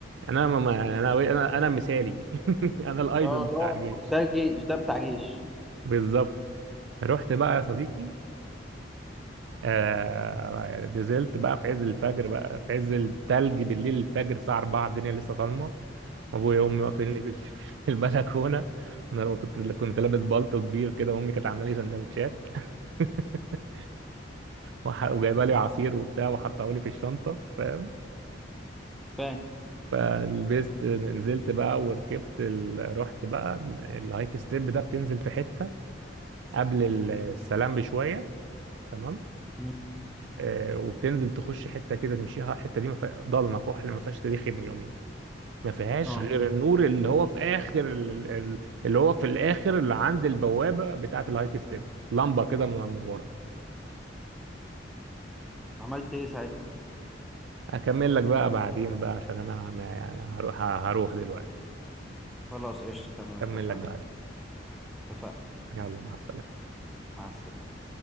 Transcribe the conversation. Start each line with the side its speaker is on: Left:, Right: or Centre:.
Right: انا ما ما- انا انا انا مثالي <laughs> انا الايدول
Centre: اه
Right: بتاع
Centre: لا
Right: الجيش
Centre: ده جيش ده بتاع جيش
Right: بالظبط رحت بقى يا صديقي آه يعني نزلت بقى في عز الفجر بقى في عز التلج بالليل الفجر الساعة 4 الدنيا لسه ضلمة ابويا وامي واقفيني
Centre: مم.
Right: في ال- <laughs> في البلكونه وانا لما كنت كنت لابس بالطو كبير كده امي كانت عامله لي سندوتشات <laughs> وح- وجايبه لي عصير وبتاع وحطه لي في الشنطه فاهم
Centre: فاهم
Right: فلبست نزلت بقى وركبت ال... رحت بقى الهايك ستيب ده بتنزل في حته قبل ال- السلام بشويه تمام
Centre: مم.
Right: آه وبتنزل تخش حته كده تمشيها الحته دي ما فيها- ضلمه كحل ما فيهاش تاريخ ابن يومين ما فيهاش
Centre: اه
Right: غير النور اللي هو في اخر ال- ال- اللي هو في الاخر اللي عند البوابه بتاعه الهايك ستيب لمبه كده من من ورا
Centre: عملت ايه ساعتها
Right: اكمل لك بقى بعدين بقى عشان انا ما- يعني هروح هروح دلوقتي
Centre: خلاص قشطة تمام اتفقنا
Right: اكمل لك بعدين
Centre: اتفقنا
Right: يلا مع السلامه
Centre: مع السلامة